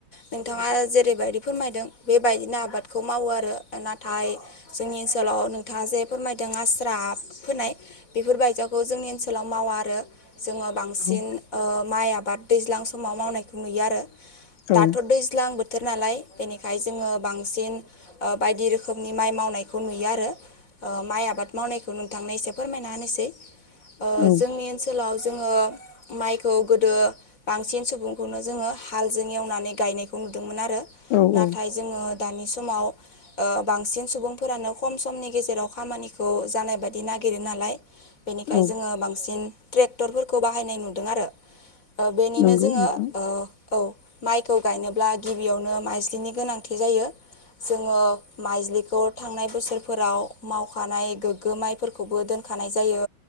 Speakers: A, on the left; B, on the left.
A: नोंथाङा जेरैबायदि फोरमायदों बेबाय बिदिनो आबादखौ मावो आरो नाथाय जोंनि ओनसोलाव नोंथाङा जे फोरमायदों आस्रा फोनाय बेफोरबायजाखौ जोंनि ओनसोलाव मावा आरो जोङो बांसिन
B: औ
A: ओ माइ आबाद दैज्लां समाव मावनायखौ नुयो आरो दाथर
B: औ
A: दैज्लां बोथ थोर नालाय बेनिखाय जोङो बांसिन बायदि रोखोमनि माइ मावनायखौ नुयो आरो ओ माइ आबाद मावनायखौ नोंथांनो एसे फोरमायना होनोसै ओ
B: औ
A: जोंनि ओनसोलाव जोङो माइखौ गोदो बांसिन सुबुंखौनो जोङो हालजों एवनानै गायनायखौ नुदोंमोन आरो
B: औ
A: नाथाय
B: औ
A: जोङो दानि समाव ओ बांसिन सुबुंफोरानो खम समनि गेजेराव खामानिखौ जानाय बादि नागिर नागिरो नालाय बेनिखाय
B: औ
A: जोङो बांसिन ट्रेक्टरफोरखौ बाहायनाय नुदों आरो ओ बेनिनो
B: नंगौ
A: जोङो
B: नोंथां
A: ओ औ माइखौ गायनोब्ला गिबियावनो माज्लिनि गोनांथि जायो जोङो माइज्लिखौ थांनाय बोसोरफोराव मावखानाय गोग्गो माइफोरखौबो दोन खानाय जायो